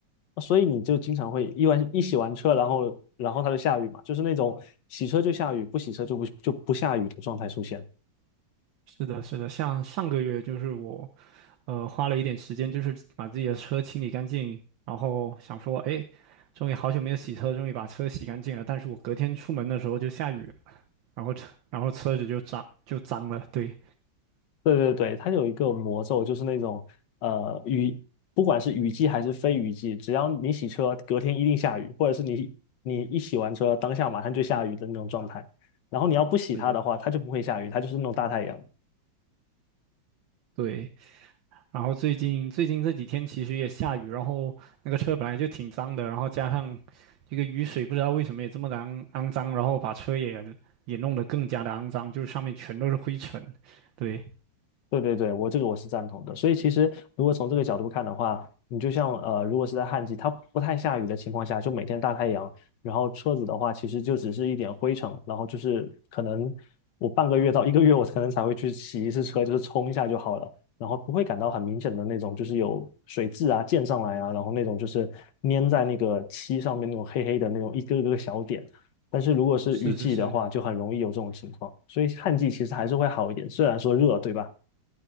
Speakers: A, on the left (about 70°); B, on the right (about 80°).
A: 所以你就经常会一完一洗完车，然后然后它就下雨嘛，就是那种洗车就下雨，不洗车就不就不下雨的状态出现。
B: 是的，是的，像上个月就是我呃花了一点时间，就是把自己的车清理干净，然后想说，哎，终于好久没有洗车，终于把车洗干净了。但是我隔天出门的时候就下雨了然后车然后车子就脏就脏了，对，
A: 对对对，它有一个魔咒，就是那种呃雨，不管是雨季还是非雨季，只要你洗车，隔天一定下雨，或者是你你一洗完车，当下马上就下雨的那种状态。然后你要不洗它的话，
B: 是，
A: 它就不会下雨，它就是那种大太阳。
B: 对。然后最近最近这几天其实也下雨，然后那个车本来就挺脏的，然后加上这个雨水不知道为什么也这么的肮肮脏，然后把车也也弄得更加的肮脏，就是上面全都是灰尘。对，
A: 对对对，我这个我是赞同的。所以其实如果从这个角度看的话，你就像呃，如果是在旱季，它不太下雨的情况下，就每天大太阳，然后车子的话，其实就只是一点灰尘，然后就是可能我半个月到一个月，我可能才会去洗一次车，就是冲一下就好了，然后不会感到很明显的那种，就是有水渍啊溅上来啊，然后那种就是粘在那个漆上面那种黑黑的那种一个个小点。但是如果是雨季的话，
B: 是是是，
A: 就很容易有这种情况，所以旱季其实还是会好一点，虽然说热，对吧？